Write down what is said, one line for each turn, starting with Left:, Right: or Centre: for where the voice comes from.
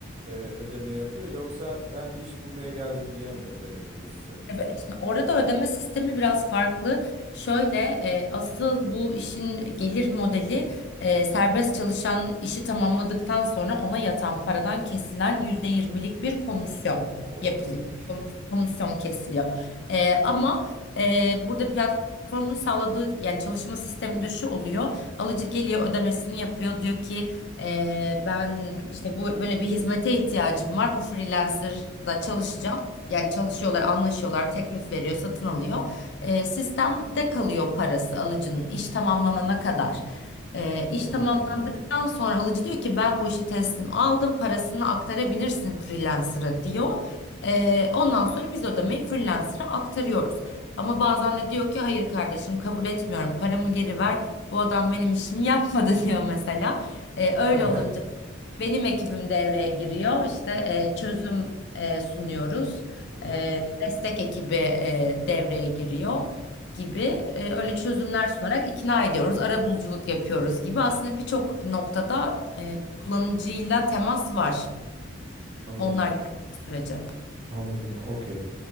Right: e, ödeme yapıyor yoksa ben iş bulmaya geldim diyen mi ödeme yapıyor size?
Left: Tabii. Şimdi orada ödeme sistemi biraz farklı. Şöyle e, asıl bu işin gelir modeli e, serbest çalışan işi tamamladıktan sonra ona yatan paradan kesilen %20'lik bir komisyon
Right: Oo
Left: yapılıyor.
Right: iyiymiş.
Left: Komis- Komisyon kesiliyor. E, ama e, burada platformun sağladığı yani çalışma sistemi de şu oluyor. Alıcı geliyor ödemesini yapıyor. Diyor ki e, ben işte bu böyle bir hizmete ihtiyacım var. Bu freelancerla çalışacağım. Yani çalışıyorlar, anlaşıyorlar, teklif veriyor, satın alıyor. E, sistemde kalıyor parası alıcının iş tamamlanana kadar. E,
Right: Aa.
Left: iş tamamlandıktan sonra alıcı diyor ki ben bu işi teslim aldım, parasını aktarabilirsin freelancer'a diyor. E, ondan sonra biz ödemeyi freelancer'a aktarıyoruz. Ama bazen de diyor ki hayır kardeşim kabul etmiyorum, paramı geri ver. Bu adam benim işimi yapmadı <laughs> diyor mesela. E, öyle
Right: <laughs> Hı
Left: olunca benim ekibim devreye giriyor. İşte
Right: hı.
Left: e, çözüm e, sunuyoruz.
Right: Hı hı.
Left: E, destek ekibi e, devreye giriyor gibi. E, öyle çözümler sunarak ikna ediyoruz. Arabuluculuk yapıyoruz gibi. Aslında birçok noktada e, kullanıcıyla temas var.
Right: Anladım.
Left: Onlar geldiği sürece.
Right: Anladım. Okey.